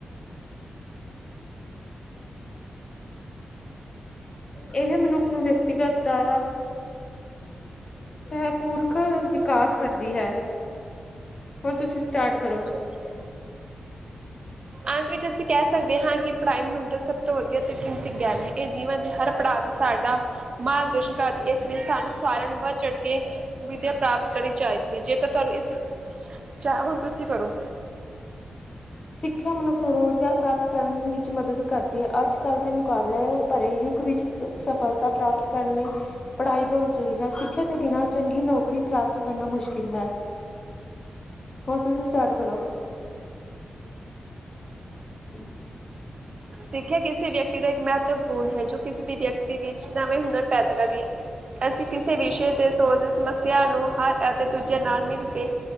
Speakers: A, on the left; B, on the right.
A: <inaudible> ਇਹ ਮਨੁੱਖ ਨੂੰ ਵਿਅਕਤੀਗਤ ਦਾ ਸਹਿਪੁਰਖ ਕਾਸ ਕਰਦੀ ਹੈ ਹੁਣ ਤੁਸੀਂ ਸਟਾਰਟ ਕਰੋ।
B: <inaudible> ਅੰਤ ਵਿੱਚ ਅਸੀਂ ਕਹਿ ਸਕਦੇ ਹਾਂ ਕਿ ਪੜ੍ਹਾਈ ਮਨੁੱਖ ਦਾ ਸਭ ਤੋਂ ਵਧੀਆ ਤੇ ਕੀਮਤੀ ਗਿਆਨ ਹੈ ਇਹ ਜੀਵਨ ਦੇ ਹਰ ਪੜ੍ਹਅ ਸਾਡਾ ਮਾਰਗ ਦਰਸ਼ਨ ਕਰਦੀ ਇਸ ਲਈ ਸਾਨੂੰ ਸਾਰਿਆਂ ਨੂੰ ਵੱਧ ਚੜ ਕੇ ਵਿੱਦਿਆ ਪ੍ਰਾਪਤ ਕਰਨੀ ਚਾਹੀਦੀ ਹੈ ਜੇਕਰ ਤੁਹਾਨੂੰ ਇਸ ਚਾਹ ਹੁਣ ਤੁਸੀਂ ਕਰੋ।
A: ਸਿੱਖਿਆ ਮਨੁੱਖ ਨੂੰ ਰੁਜ਼ਗਾਰ ਪ੍ਰਾਪਤ ਕਰਨ ਵਿੱਚ ਮਦਦ ਕਰਦੀ ਹੈ ਅੱਜ ਕੱਲ੍ਹ ਦੇ ਮੁਕਾਬਲੇ ਭਰੇ ਯੁੱਗ ਵਿੱਚ ਸਫਲਤਾ ਪ੍ਰਾਪਤ ਕਰਨ ਲਈ ਪੜ੍ਹਾਈ ਬਹੁਤ ਜ਼ਰੂਰੀ ਹੈ ਸਿੱਖਿਆ ਤੋਂ ਬਿਨਾਂ ਚੰਗੀ ਨੌਕਰੀ ਪ੍ਰਾਪਤ ਕਰਨਾ ਮੁਸ਼ਕਿਲ ਹੈ। ਹੁਣ ਤੁਸੀ ਸਟਾਰਟ ਕਰੋ। ਹੂੰ
B: ਸਿੱਖਿਆ ਕਿਸੇ ਵਿਅਕਤੀ ਦਾ ਇੱਕ ਮਹੱਤਵਪੂਰਨ ਹੈ ਜੋ ਕਿਸੇ ਦੀ ਵਿਅਕਤੀ ਦੇ ਵਿੱਚ ਨਵੇ ਹੁਰਨ ਪੈਦਾ ਕਰਦੀ ਏ। ਅਸੀਂ ਕਿਸੇ ਵਿਸ਼ੇ ਤੇ ਸੋਚਦੇ ਸਮੱਸਿਆ ਨੂੰ ਹਰ ਅਤੇ ਦੂਜੇ ਨਾਲ ਮਿਲ ਕੇ